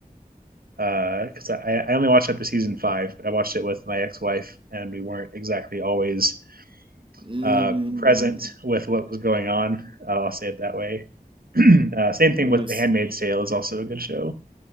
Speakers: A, on the right (about 70°); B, on the right (about 35°).
A: because uh, I, I only watched up to season five. But I watched it with my ex-wife, and we weren't exactly always
B: Mm,
A: uh, present with what was going on. Uh, I'll say it that way. <clears throat> uh, same
B: you've
A: thing
B: only
A: with
B: s-
A: The Handmaid's Tale is also a good show.